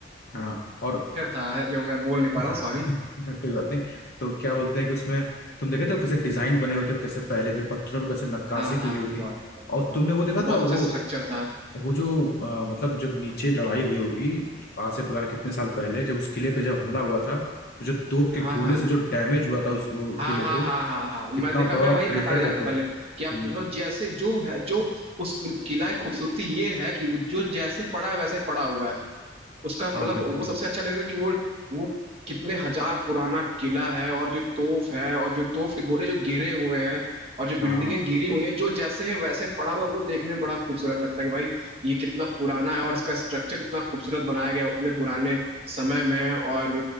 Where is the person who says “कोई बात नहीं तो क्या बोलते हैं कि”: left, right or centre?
Left